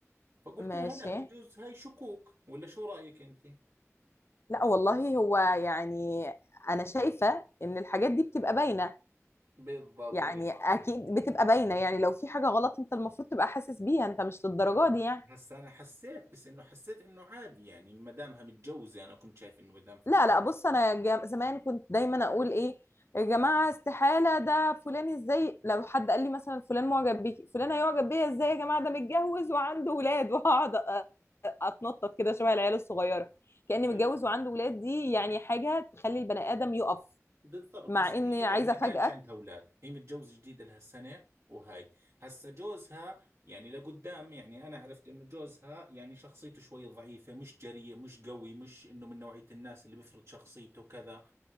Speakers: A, on the right; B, on the left.
A: فقلت
B: ماشي
A: لها لا بجوز هاي شكوك ولا شو رأيك أنت
B: لا والله هو يعني انا شايفه ان الحاجات دي بتبقى باينه
A: بالضبط
B: يعني اكيد بتبقى باينه يعني لو في حاجه غلط انت المفروض تبقى حاسس بيها انت مش للدرجه دي يعني
A: هسا أنا حسيت بس إنه حسيت إنه عادي يعني ما دامها متجوزة أنا كنت شايف إنه ما دام فكرة
B: لا لا بص انا جا- زمان كنت دايما اقول ايه يا جماعه استحاله ده فلان ازاي لو حد قال لي مثلا فلان معجب بيكي فلان هيعجب بيا ازاي يا جماعه ده متجوز وعنده ولاد <laughs> وهقعد أ- اتنطط كده شبه العيال الصغيره كاني
A: ايوه
B: متجوز وعنده ولاد دي يعني حاجه تخلي البني ادم يقف
A: بالضبط
B: مع
A: هسه
B: اني
A: هي لا
B: عايزه
A: ما
B: افاجئك
A: كانش عندها اولاد هي متجوزه جديد لها سنه وهاي هسه جوزها يعني لقدام يعني انا عرفت انه جوزها يعني شخصيته شوي ضعيفه مش جريء مش قوي مش انه من نوعيه الناس اللي بيفرض شخصيته كذا